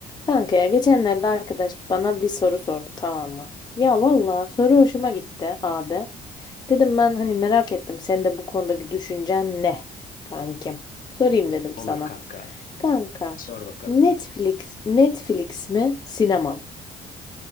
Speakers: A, on the left (about 20°); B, on the left (about 40°).
A: Kanka ya geçenlerde arkadaş bana bir soru sordu tamam mı? Ya valla soru hoşuma gitti abi. Dedim ben hani merak ettim senin de bu konudaki düşüncen ne kankim? Sorayım dedim
B: Olur
A: sana.
B: kanka.
A: Kanka
B: Sor bakalım.
A: Netflix Netflix mi sinema mı?